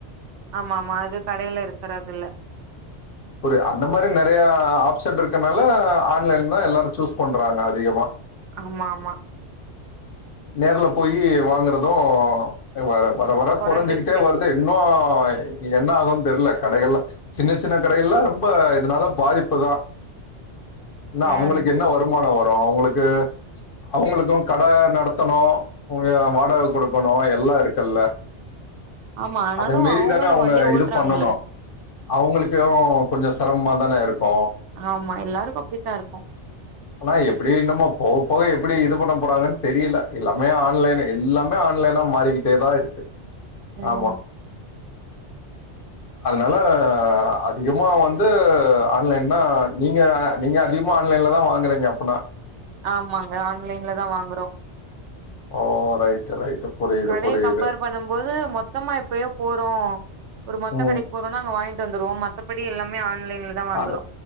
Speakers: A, on the right; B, on the left.
A: ஆமா ஆமா அது கடையில இருக்கறதுல்ல
B: புரிய அந்த மாரி நறையா ஆப்ஷன் இருக்கன்னால ஆன்லைன் கூட எல்லாரு சூஸ் பண்றாங்க அதிகமா
A: ஆமா ஆமா
B: நேர்ல போயி வாங்கறது வேற வர வர
A: கொறஞ்சிருச்சு
B: கொறைஞ்சுகிட்டே வருது இன்னு என்னாகுன் தெர்ல கடைகள்ல சின்ன சின்ன கடைகள்லா ரொம்ப இதனால பாதிப்பு தா என்னா
A: ம்
B: அவங்களுக்கு என்ன வருமான் னோ வரு அவுங்களுக்கு அவுங்களுக்கு கட நடத்தணு அம் எ வாடக குடுக்கணு எல்லா இருக்கல்ல
A: ஆமா ஆனாலு
B: அத மீரி
A: அவங்களு
B: தான அவுங்க
A: வண்டி ஓட்றாங்கல்ல
B: இது பண்ணணு அவுங்களுக்கியோ கொஞ்சோ செரமமா தான இருக் கு
A: ஆமா எல்லாருக்கு அப்டித்தா இருக்கு
B: ஆனா எப்பிடி என்னமோ போக போக எப்பிடி இது பண்ண போறாங்கன் தெரில எல்லாமே ஆன்லைன் எல்லாமே ஆன்லைனா மாறிக்கிட்டே தா இருக்கு
A: ம்
B: ஆமா அதனால அதிகமா வந்து ஆன்லைன் தா நீங்க நீங்க அதிகமா ஆன்லைன்லதா வாங்கறீங்க அப்பன்னா
A: ஆமாங்க ஆன்லைன்ல தா வாங்குறோ
B: ஓ ரைட்டு ரைட்டு. புரியுது,
A: கடையே
B: புரியுது.
A: கம்பேர் பண்ணும் போது மொத்தமா எப்பயோ போறோ ஒரு மொத்த
B: ம்.
A: கடைக்கு போறோன்னா அங்க வாங்கிட்டு வந்துருவோ மத்தபடி எல்லாமே ஆன்லைன்ல தா வாங்குறோ
B: அ